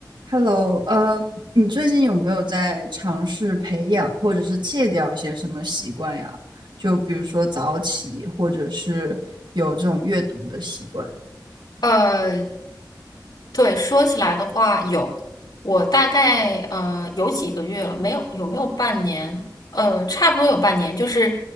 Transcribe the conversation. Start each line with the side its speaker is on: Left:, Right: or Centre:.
Right: Hello，嗯，你最近有没有在尝试培养或者是戒掉一些什么习惯呀？就比如说早起，或者是有这种阅读的习惯。
Left: 呃，对，说起来的话，有，我大概呃有几个月了，没有，有没有半年？呃，差不多有半年，就是